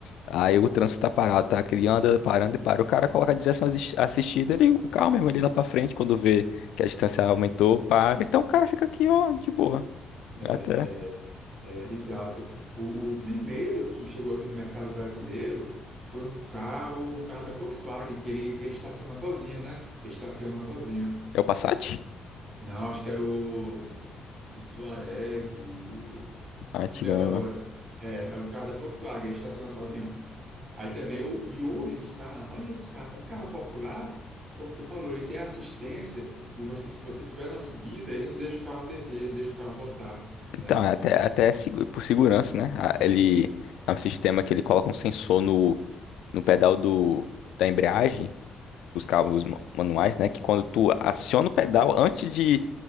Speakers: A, on the left; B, on the right.
A: Aí o trânsito tá parado, tá? Que Ele anda parando e para. O cara coloca a direção assis- assistida, ele, o carro mesmo, ele lá pra frente quando vê que a distância aumentou para. Então o cara fica aqui, ó, de boa.
B: É,
A: Até.
B: É, exato. O, o primeiro que chegou aqui no mercado brasileiro foi um carro, um carro da Volkswagen, que ele, que ele estaciona sozinho, né? Ele estaciona sozinho.
A: É o Passat?
B: Não, acho que era o, o Touareg,
A: A
B: não
A: antiga,
B: lembro agora.
A: né?
B: É, é um carro da Volkswagen, ele estaciona sozinho. Aí também, o, e hoje os carros, a maioria dos carros, até carro popular, como tu falou, ele tem assistência que você, se você tiver na subida, ele não deixa o carro descer, ele deixa o carro voltar, né?
A: Então, é até, até segu- por segurança, né? A- Ele
B: É,
A: é um sistema que ele coloca um sensor no, no pedal do, da embreagem, os carros ma- manuais, né? Que quando tu aciona o pedal, antes de